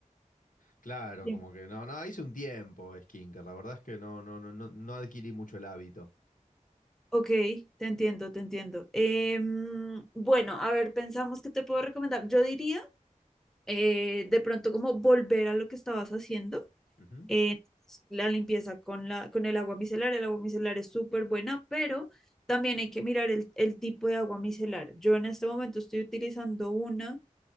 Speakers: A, on the left; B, in the centre.
A: Claro,
B: Bien.
A: como que no, no, hice un tiempo skincare, la verdad es que no, no, no, no, no adquirí mucho el hábito.
B: Ok, te entiendo, te entiendo. Em, bueno, a ver, pensamos que te puedo recomendar. Yo diría eh, de pronto como volver a lo que estabas haciendo.
A: Ujú,
B: eh, la limpieza con la, con el agua micelar. El agua micelar es súper buena, pero también hay que mirar el, el tipo de agua micelar. Yo en este momento estoy utilizando una